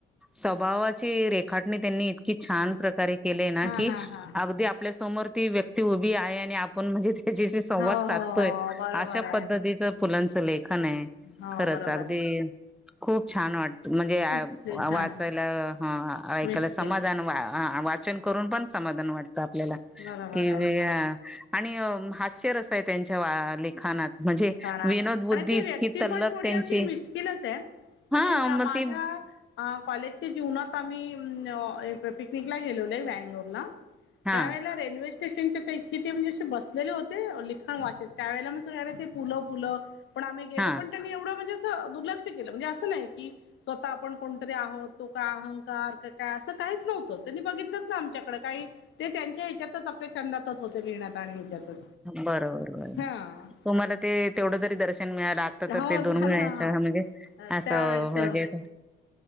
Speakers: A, in the centre; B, on the left.
A: स्वभावा ची रेखाटणी त्यांनी इतकी छान प्रकारे केलीय ना
B: हा
A: की
B: हा हा
A: अगदी आपल्या समोर ती व्यक्ती उभी आहे आणि आपण म्हणजे त्याच्याशी संवाद
B: हा हो
A: साधतोय
B: हो बरोबर
A: अशा
B: आहे
A: पद्धतीचं पूलांचं लेखन आहे
B: हो
A: खरंच
B: बरोबर
A: अगदी
B: आहे
A: खूप छान वाटत म्हणजे,
B: खूप छान
A: वाचायला हा, ऐकायला
B: मिश्किल
A: समाधान वाचन करून पण समाधान वाटतं आपल्याला
B: बरोबर
A: कि
B: आहे
A: हा आणि अह हास्य रस आहे त्यांच्या लिखाणात म्हणजे
B: अं,
A: विनोद बुद्धी
B: आणि ते
A: इतकी
B: व्यक्ती
A: तल्लक
B: पण थोडे
A: त्यांची
B: अशे मिश्किलच आहेत
A: हा
B: आणि
A: मग
B: माझ्या
A: ती
B: कॉलेजच्या जीवनात आम्ही अह पिकनिकला गेलेले बॅगलोर ला
A: हा
B: त्यावेळेला रेल्वे- स्टेशनच्या इथे ते म्हणजे असे बसलेले होते लिखाण वाचत, त्यावेळेला मग सगळे आले होते पुलं, पुलं पण आमही गेलो
A: हा
B: पन त्यांनी एवढ म्हणजेऽऽ दूलऺक्ष केल, म्हणजे अस नाही की स्वतः आपण कोणतरी आहोत. तो काय अहंकार ते काय असऽऽ काहीच नव्हत, त्यांनी बघितलंच नायआमच्याकडे. काही ते त्यांच्या ह्याच्यातच आपल्या छंदातच होते लिहिण्यात आणि ह्याच्यात.
A: बरोबर बर
B: हाऽऽ
A: तुम्हाला ते तेवढं जरी दर्श शन मिळालं, आता
B: हो
A: तर ते
B: झालं
A: दूर्मिळ आय
B: हा
A: सह म्हणजे असं
B: त्यावेेळेच
A: अंऽऽऽ